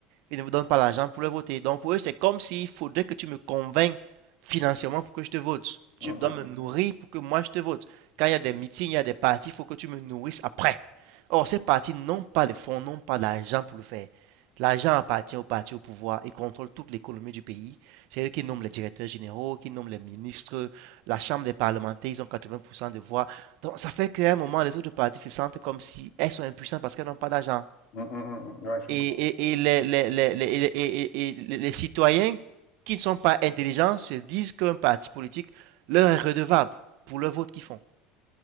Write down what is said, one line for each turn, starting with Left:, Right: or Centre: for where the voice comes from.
Right: ils ne vous donnent pas l'argent pour le voter. Donc pour eux, c'est comme s'il faudrait que tu me convainques financièrement pour que je te vote. Tu
Left: Mmh
Right: dois me
Left: mh.
Right: nourrir pour que moi je te vote. Quand il y a des meetings, il y a des partis, il faut que tu me nourrisses après. Or, ces partis n'ont pas de fonds, n'ont pas d'argent pour le faire. L'argent appartient aux partis au pouvoir et contrôle toute l'économie du pays. C'est eux qui nomment les directeurs généraux, qui nomment les ministres, la chambre des parlementaires, ils ont 80% de voix. Donc ça fait qu'à un moment, les autres partis se sentent comme si elles sont impuissantes parce qu'elles n'ont pas d'argent.
Left: Mmh mmh. mmh, mmh. Ouais, je comprends,
Right: Et,
Left: ouais.
Right: et, et les, les, les, les, et- et- et les citoyens qui ne sont pas intelligents se disent qu'un parti politique leur est redevable pour le vote qu'ils font.